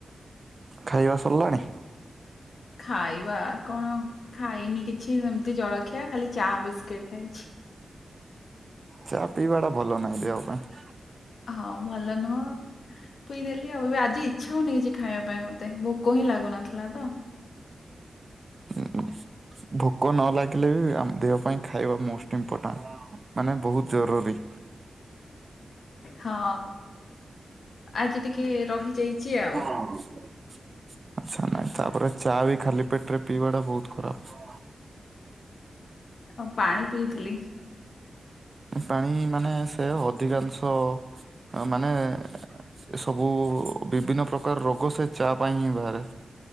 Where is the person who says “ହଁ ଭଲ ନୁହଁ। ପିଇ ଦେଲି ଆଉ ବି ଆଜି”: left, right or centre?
Left